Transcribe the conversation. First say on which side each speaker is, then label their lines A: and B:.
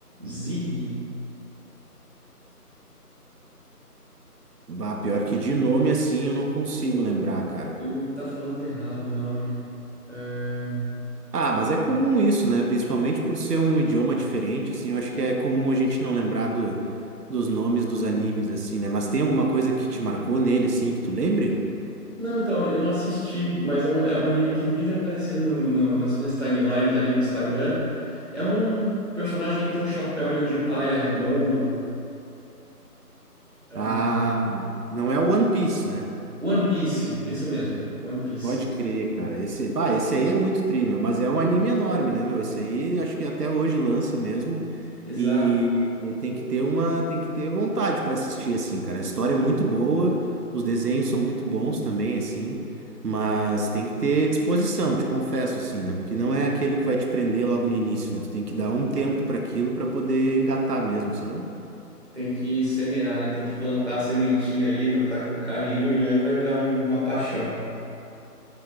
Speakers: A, on the right; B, on the right.
A: Zig,
B: bah, pior que de nome assim eu não consigo lembrar, cara.
A: eu devo estar falando errado o nome. É,
B: Ah, mas é comum isso, né? Principalmente por ser um idioma diferente, assim, eu acho que é comum a gente não lembrar do, dos nomes dos animes, assim, né? Mas tem alguma coisa que te marcou nele, assim, que tu lembre?
A: Não, então, eu não assisti, mas é um, é um anime que vive aparecendo no- no- nas minhas timelines ali do Instagram. É um personagem, ele tem um chapéu meio de palha, redondo. É,
B: Ah, não é o One Piece, né?
A: One Piece, isso mesmo, One Piece.
B: Pode crer, cara. Esse, bah, esse aí é muito tri, meu, mas é um anime enorme, né, meu? Esse aí acho que até hoje lança mesmo.
A: Exato.
B: E, e tem que ter uma, tem que ter vontade para assistir assim, cara. A história é muito boa, os desenhos são muito bons também assim, mas tem que ter disposição, te confesso assim, né? Porque não é aquilo que vai te prender logo no início, né? Tu tem que dar um tempo para aquilo para poder engatar mesmo, sabe?
A: Tem que semear, né? Tem que plantar a sementinha ali, tratar com carinho, e aí vai virar um- uma paixão.